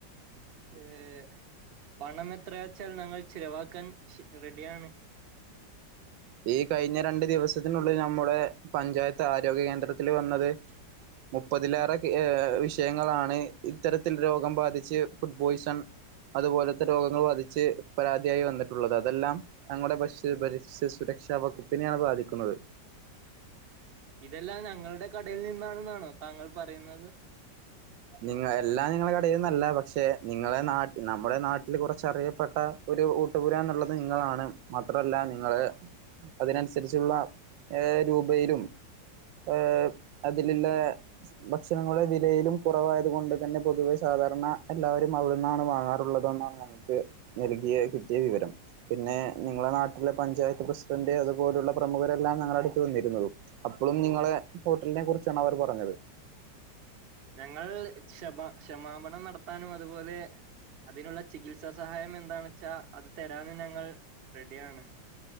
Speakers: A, on the right; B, on the right.
A: ഏഹ് പണം എത്രയാച്ചാൽ ഞങ്ങൾ ചിലവാക്കാൻ ഷ് റെഡിയാണ്.
B: ഈ കഴിഞ്ഞ രണ്ട് ദിവസത്തിനുള്ളിൽ നമ്മുടെ പഞ്ചായത് ത്താരോഗ്യ കേന്ദ്രത്തില് വന്നത് മുപ്പതിലേറെ കേ ഏഹ് വിഷയങ്ങളാണ് ഇത്തരത്തിൽ രോഗം ബാധിച്ച് ഫുഡ് പോയ്സൺ അതുപോലത്തെ രോഗങ്ങൾ ബാധിച്ച് പരാതിയായി വന്നിട്ടുള്ളത് അതെല്ലാം ഞങ്ങടെ ഭശ്യ ഭരിഷ്യ സുരക്ഷാ വകുപ്പിനെയാണ് ബാധിക്കുന്നത്.
A: ഇതെല്ലാം ഞങ്ങളുടെ കടയിൽ നിന്നാണെന്നാണോ താങ്കൾ പറയുന്നത്?
B: നിങ്ങ എല്ലാം നിങ്ങടെ കടയിൽ നിന്നല്ലാ പക്ഷെ നിങ്ങളെ നാട്ട് നമ്മുടെ നാട്ടില് കൊറെ ച്ചറിയപ്പെട്ട ഒരു ഊട്ടുപുരാന്ന്ള്ളത് നിങ്ങളാണ്. മാത്രല്ലാ നിങ്ങള് അതിനനുസരിച്ചുള്ള ഏഹ് രൂപയിലും ഏഹ് അതില്ള്ള ഭക്ഷണങ്ങളുടെ വിലയിലും കുറവായത് കൊണ്ട് തന്നെ പൊതുവെ സാധാരണ എല്ലാവരും അവിടെന്നാണ് വാങ്ങാറുള്ളതെന്നാണ് നമുക്ക് നൽകിയ കിട്ടിയ വിവരം, പിന്നെ നിങ്ങളെ നാട് ലെ പഞ്ചായത്ത് പ്രസിഡന്റ് അതുപോലുള്ള പ്രമുഖരെല്ലാം ഞങ്ങടെ അടുത്ത് വന്നിരുന്നതും അപ്പളും നിങ്ങളെ
A: ഓഹ്
B: ഹോട്ടലിനെ കുറിച്ചാണ് അവർ പറഞ്ഞത്.
A: ഞങ്ങൾ ക്ഷമാ ക്ഷമാപണം നടത്താനും അതുപോലെ അതിനുള്ള ചികിത്സാ സഹായം എന്താന്നെച്ചാ അത് തെരാനും ഞങ്ങൾ റെഡിയാണ്.